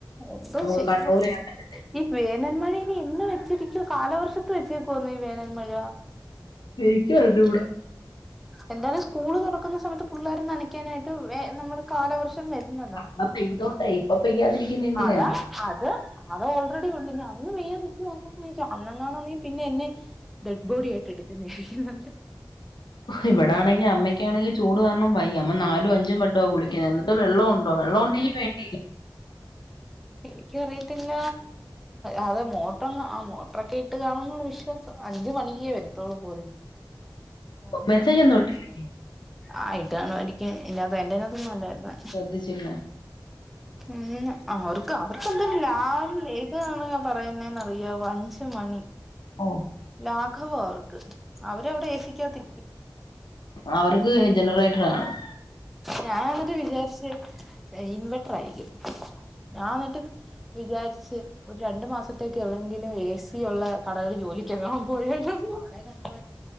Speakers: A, in the centre; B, on the left (about 75°).
A: എന്തോ
B: നമുക്ക്
A: ചെയ്യാൻ
B: കൺട്രോൾ പറ്റും
A: ഈ വേനൽമഴ ഇനി എന്ന് വെച്ചിരിക്ക ഇത് കാലവർഷത്ത് വെച്ചേക്കുവാന്നേ ഈ വേനൽമഴ.
B: എനിക്കും അറിഞ്ഞുകൂടാ.
A: എന്താണ് സ്കൂള് തുറക്കുന്ന സമയത്ത് പൂ പിള്ളേര് നനയ്ക്കാൻ ആയിട്ട് വേ നമ്മൾ കാലവർഷം വരുന്നതാ
B: ഇപ്പ പെയ്തോട്ടെ ഇപ്പൊ പെയ്യാതിരിക്കുന്ന എന്തിനാ
A: അതാ അത് അത് ഓൾറെഡി ഉണ്ട് ഇനി അന്ന് പെയ്യാൻ നിക്കുവ എനിക്ക് അന്നെങ്ങാനും നീ പിന്നെ എന്നെ. ഡെഡ് ബോഡിയായിട്ട് എടുക്കുന്നരിക്കും.
B: ഇവിടാണെങ്കിൽ അമ്മയ്ക്കാണെങ്കിൽ ചൂട് കാരണം വയ്യ അമ്മ നാലും അഞ്ചും വട്ടവാ കുളിക്കുന്നത്, എന്നിട്ട് വെള്ളം ഉണ്ടോ വെള്ളം ഉണ്ടെങ്കിൽ വേണ്ടില്ല.
A: എനിക്കറിയത്തില്ല. അതെ മോട്ടോന്ന് ആ ഇത്രയ്ക്കെട്ട് കാണുന്നുള്ള വിശ്വാസം അഞ്ച് മണിക്കുവരും. തോളുപോര് ഓ
B: മെസ്സേജ്
A: മെസ്സേജൊന്നും
B: ഒന്നും
A: ഇട്ടിട്ടില്ലേ
B: ഇട്ടില്ലേ
A: ആ ഇടനോരിക്കാൻ ഇതിനകത്ത് എന്റെനകത്തൊന്നും അല്ല ഇടുന്നെ
B: ശ്രദ്ധിച്ചില്ല
A: മ് അവർക്ക് അവർക്കന്തെ ഏതാണ് പറയുന്നെന്ന് എന്ന് അറിയാവോ അഞ്ച് മണി
B: ഓ
A: ലാഘവാ അവർക്ക് അവരവിടെ എ സി ക്കാതത്ത്
B: അവർക്ക് ജനറേറ്റർ കാണും
A: ഞാൻ എന്നിട്ട് വിചാരിച്ച് ഇൻവെർട്ടർ ആയിരിക്കും ഞാൻ എന്നിട്ട് വിചാരിച്ച് ഒരു രണ്ടു മാസത്തേക്ക് എവിടെങ്കിലും എ സി ഉള്ള കടകളിൽ ജോലിക്ക് എങ്ങാനം പോയാലോന്ന്